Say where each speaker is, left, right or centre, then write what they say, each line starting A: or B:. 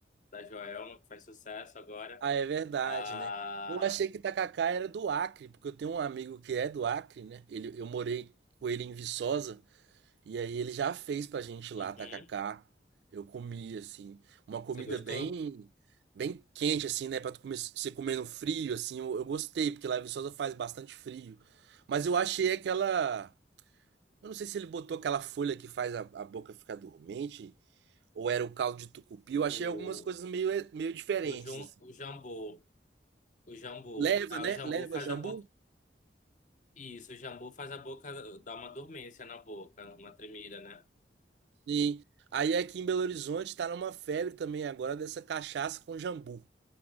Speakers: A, on the left; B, on the right.
A: da Joelma, que faz sucesso agora.
B: Ah, é verdade,
A: Ah,
B: né? Eu achei que tacacá era do Acre, porque eu tenho um amigo que é do Acre, né? Ele, eu morei com ele em Viçosa. E aí ele já fez pra gente lá,
A: uhum.
B: tacacá. Eu comi, assim, uma comida
A: Você gostou?
B: bem bem quente, assim, né? Pra tu comer, você comer no frio, assim. Eu, eu gostei, porque lá em Viçosa faz bastante frio. Mas eu achei aquela... Eu não sei se ele botou aquela folha que faz a, a boca ficar dormente, ou era o caldo de tucupi. Eu achei
A: O,
B: algumas coisas meio, eh, meio diferentes,
A: o, Jum,
B: assim.
A: o Jambu. O Jambu.
B: Leva,
A: Ah,
B: né?
A: o Jambu
B: Leva
A: faz
B: jambu?
A: a boca. Isso, o Jambu faz a boca dar uma dormência na boca, uma tremida, né?
B: Sim. Aí aqui em Belo Horizonte tá numa febre também agora dessa cachaça com jambu.